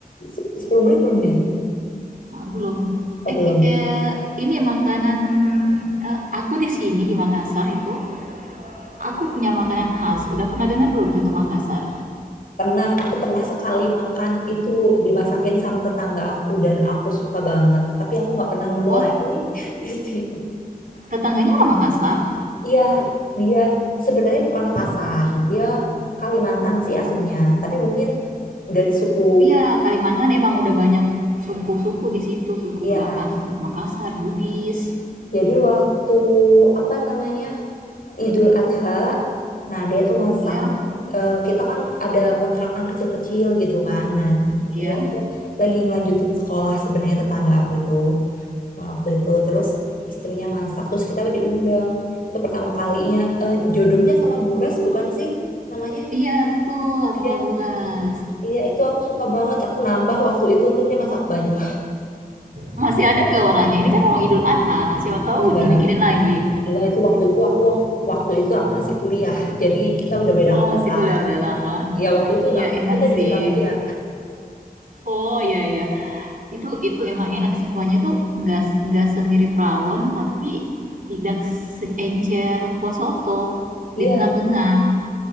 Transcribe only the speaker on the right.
Oh, belum.
Eh,
ki- eh, ini makanan eh, aku di sini di Makassar itu, aku punya makanan khas. Udah pernah dengar belum contoh Makassar?
Oh,
tetangganya orang Makassar.
Iya, Kalimantan emang udah banyak suku-suku di situ, suku
Bahas atau Makassar, Bugis,
ya,
ya.
Iya betul,
sama Buras.
Masih ada nggak orangnya? Ini kan mau Idul Adha, siapa tahu
dibikinin lagi.
Oh
masih kuliah udah lama.
Iya
enak
sih.
Oh, iya iya. Itu itu emang enak sih kuahnya tuh nggak nggak semirip rawon tapi tidak seencer kuah soto
di tengah-tengah.